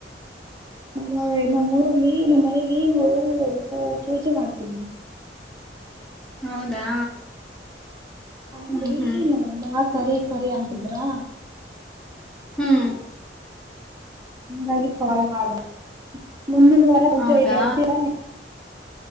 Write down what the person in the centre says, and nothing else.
ಹೌದಾ
ಹ್ಮ್ ಹ್ಮ್
ಹ್ಮ್
ಹೌದಾ